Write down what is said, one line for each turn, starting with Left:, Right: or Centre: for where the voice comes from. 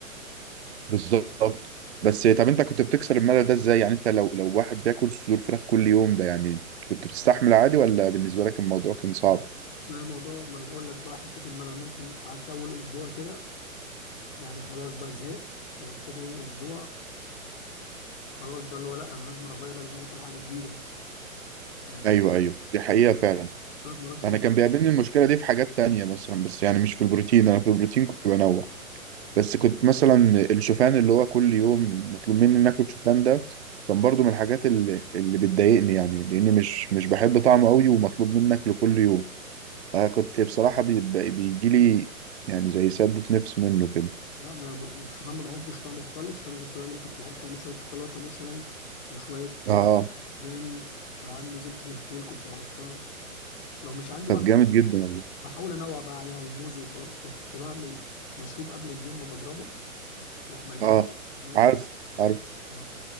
Right: بالظبط بس طب انت كنت بتكسر الملل ده ازاي يعني انت لو لو واحد بياكل صدور فراخ كل يوم ده يعني كنت بتستحمل عادي ولا بالنسبه لك الموضوع كان صعب
Left: لا الموضوع ما انا بقول لك بقى حتة الملل ممكن قعدت اول اسبوع كده يعني خلاص بقى زهقت بعد كده تاني اسبوع خلاص بقى اللي هو لا انا لازم أنا اغير لازم أنا اكل حاجة جديدة يعني كنت
Right: ايوه ايوه دي حقيقه فعلا
Left: ثلاث مرات في
Right: انا
Left: اليوم
Right: كان بيقابلني المشكله دي في حاجات تانية مثلا بس يعني مش في البروتين انا في البروتين كنت بنوع بس كنت مثلا الشوفان اللي هو كل يوم مطلوب مني ان اكل شوفان ده كان برضو من الحاجات اللي اللي بتضايقني يعني لاني مش مش بحب طعمه قوي ومطلوب مني اكله كل يوم آه كنت بصراحة بي- بيجي لي يعني زي سدة نفس منه كده
Left: لا ده انا م- الشوفان ما بحبش طعمه خالص فانا كنت بعمل إيه؟ كنت بحط عليه شوية شوكولاتة مثلا وشوية
Right: اه
Left: داني ولو عندي زبدة الفول كنت بحطها لو مش عندي
Right: طب
Left: بقى
Right: جامد جدا والله
Left: بحاول انوع بقى عليها وموز وكلام كنت بعمل مشروب قبل الجيم بضربه لا مليان
Right: اه
Left: بنات
Right: عارف عارف
Left: بصراحة.